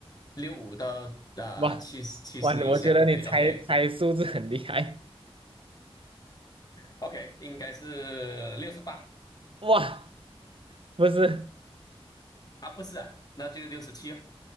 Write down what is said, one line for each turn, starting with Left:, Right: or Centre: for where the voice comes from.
Left: 六五到啊七十七十以下，
Right: 哇哇，你我觉得你猜猜数字很厉害，
Left: 对，OK，OK，<laughs> 应该是六十八
Right: 哇，不是。
Left: 啊，不是啊，那就六十七哦。